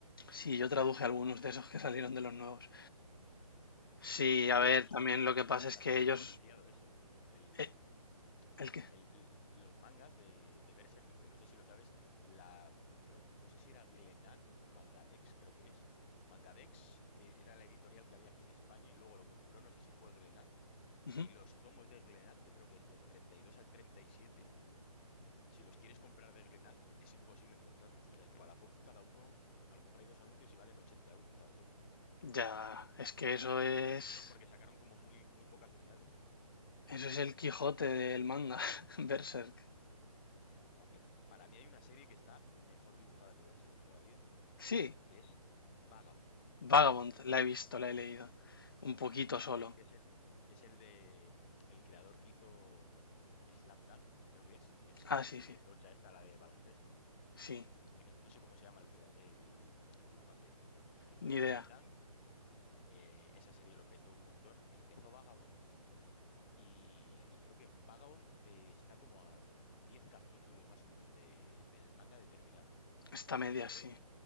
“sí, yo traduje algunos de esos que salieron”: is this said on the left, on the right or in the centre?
Left